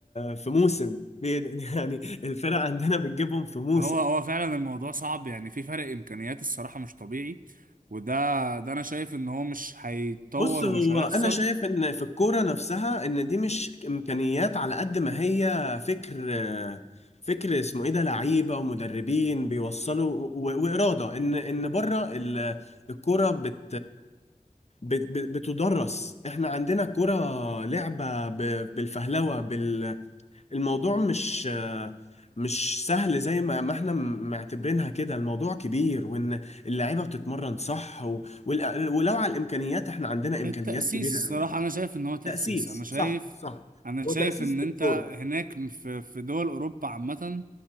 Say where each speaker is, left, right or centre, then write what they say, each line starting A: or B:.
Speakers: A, on the left; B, on the right.
A: في موسم بي... <laughs> يعني الفرق عندنا بتجيبهم في موسم
B: هو هو فعلا الموضوع صعب يعني في فرق امكانيات الصراحة مش طبيعي وده ده انا شايف ان هو مش هيتطور
A: بص هو
B: ومش هيحصل
A: انا شايف ان في الكورة نفسها ان دي مش امكانيات على قد ما هي فكر فكر اسمه ايه ده لعيبة ومدربين بيوصلوا و... وإرادة ان ان بره ال... الكورة بت بت- بت- بتدرس احنا عندنا كرة لعبة ب- بالفهلوة بال- الموضوع مش مش سهل زي ما ما احنا م- معتبرينها كده الموضوع كبير وان اللعيبة بتتمرن صح و... والأ- ولو على الامكانيات احنا عندنا امكانيات
B: التأسيس
A: كبيرة
B: الصراحة
A: قوي
B: أنا شايف إن هو تأسيس
A: تأسيس
B: أنا شايف
A: صح صح
B: أنا
A: هو
B: شايف
A: تأسيس
B: إن أنت
A: للكورة
B: هناك في في دول أوروبا عامة